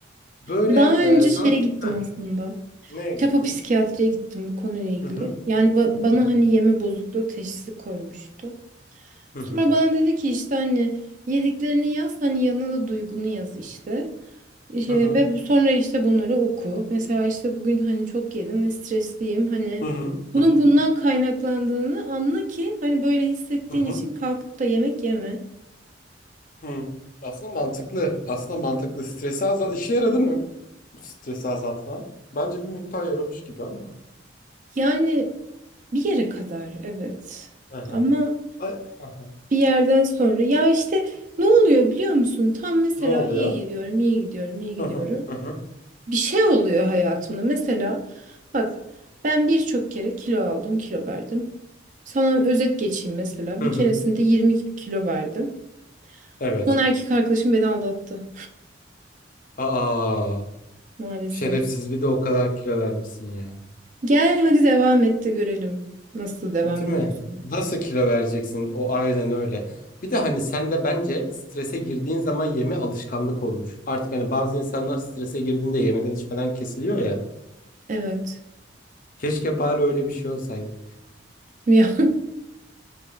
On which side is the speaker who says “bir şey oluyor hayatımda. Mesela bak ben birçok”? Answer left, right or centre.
Right